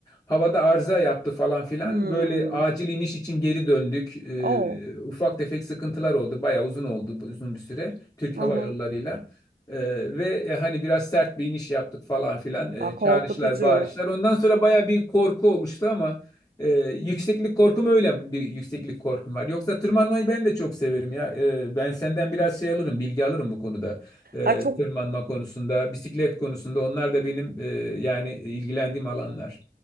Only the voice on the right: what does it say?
Hmm.
Oh.
Aha.
Aa,
korkutucu.
Ay çok